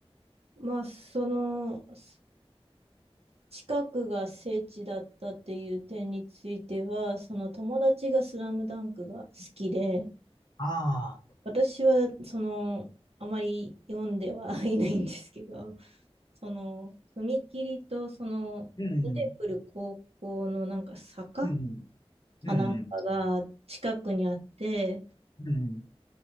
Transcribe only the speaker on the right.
まあ、その、す近くが聖地だったっていう点については、その友達がスラムダンクが好きで、
私は、その、あまり読んでは <laughs> いないんですけど、その、踏切と、その、
出てくる高校のなんか坂
かなんかが近くにあって、